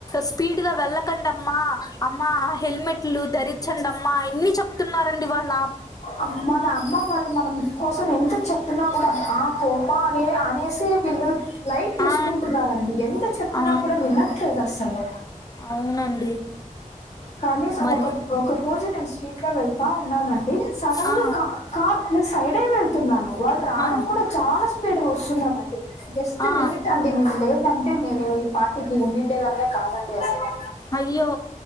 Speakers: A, on the left; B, on the left.
A: స్పీడ్ గా వెళ్ళకండమ్మా అమ్మా హెల్మెట్లు ధరించండమ్మా ఇన్ని చెప్తున్నారండి వాళ్ళ
B: అమ్మ మనమ్మ మ అ మనం కోసం ఎంత చెప్తున్నా కూడా ఆ పొమ్మా అని అనేసి వీళ్ళు లైట్ తీసుకుంటున్నారండి
A: ఆ
B: ఎంత చెప్తున్నా
A: ఆ
B: కూడా వినట్లేదు అస్సలు
A: అవునండి
B: కనీసం
A: మరి
B: ఒక ఒక రోజు నేను స్ట్రీట్ లో వెళ్తా ఉన్నానండి సడెన్గా
A: ఆ
B: కా కార్ నే సైడే వెళ్తున్నాను వాడు రావడం
A: ఆ
B: కూడా చాలా స్పీడ్ వస్తున్నాడండీ జస్ట్
A: ఆ
B: మినిట్ అ నేను లేదంటే నేను ఈ పాటికి వున్నిండే దాన్నే కాదండి అసలు
A: అయ్యో